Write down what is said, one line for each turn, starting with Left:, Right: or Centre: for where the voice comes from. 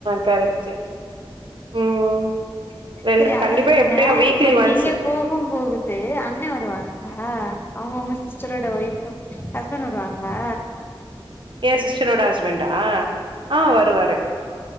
Right: கரெக்ட்டு ம் ரெண்டு
Left: செரி அத
Right: கண்டிப்பா
Left: விடுங்க
Right: எப்டியோ வீக்லி
Left: இப்ப நீங்க
Right: ஒன்ஸ்
Left: போகும்போது து அண்ண வருவாங்க அவங்க வுங்க சிஸ்டரோட ஒய்ஃப் ஹஸ்பண்ட் வருவாங்ளா
Right: ஏ சிஸ்டரோட ஹஸ்பண்டா ஆ வருவாரு